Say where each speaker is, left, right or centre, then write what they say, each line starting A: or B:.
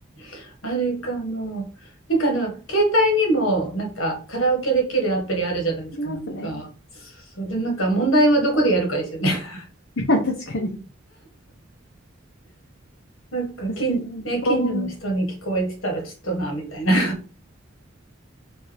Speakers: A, on the left; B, on the left.
A: <laughs> あれかも。なんかあの、携帯にも、なんか、カラオケできるアプリあるじゃないですか、
B: ありますね。
A: なんか。そう、でもなんか、問題はどこでやるかですよね。<laughs>
B: <laughs> 確かに。
A: なんか近、
B: 確かに。
A: ね、
B: ボーン。
A: 近所の人に聞こえてたら、ちょっとな、みたいな。